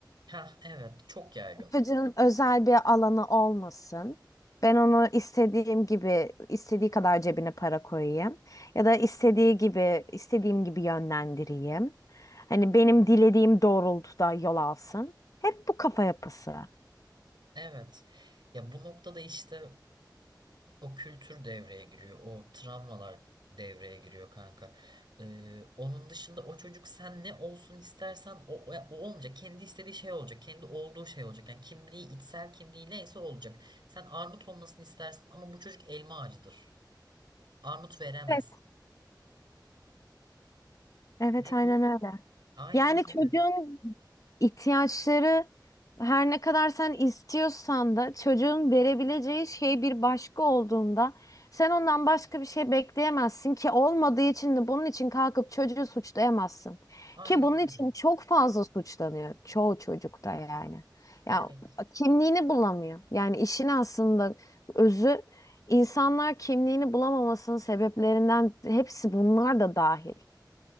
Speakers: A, on the right; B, on the left.
A: Ha evet çok yaygın.
B: Çocuğun özel bir alanı olmasın. Ben onu istediğim gibi, istediği kadar cebine para koyayım. Ya da istediği gibi, istediğim gibi yönlendireyim. Hani benim dilediğim doğrultuda yol alsın. Hep bu kafa yapısı.
A: Evet. Ya bu noktada işte o kültür devreye giriyor. O travmalar devreye giriyor kanka. Ee, onun dışında o çocuk sen ne olsun istersen o, o o olmayacak. Kendi istediği şey olacak. Kendi olduğu şey olacak. Yani kimliği, içsel kimliği neyse olacak. Sen armut olmasını istersin ama bu çocuk elma ağacıdır. Armut veremez.
B: Evet. Evet,
A: Ve
B: aynen
A: bu
B: öyle.
A: aynen
B: Yani
A: öyle.
B: çocuğun ihtiyaçları her ne kadar sen istiyorsan da çocuğun verebileceği şey bir başka olduğunda sen ondan başka bir şey bekleyemezsin ki olmadığı için de bunun için kalkıp çocuğu suçlayamazsın.
A: Aynen
B: Ki bunun için
A: öyle.
B: çok fazla suçlanıyor çoğu çocukta yani. Ya
A: Evet.
B: kimliğini bulamıyor. Yani işin aslında özü insanlar kimliğini bulamamasının sebeplerinden hepsi bunlar da dahil.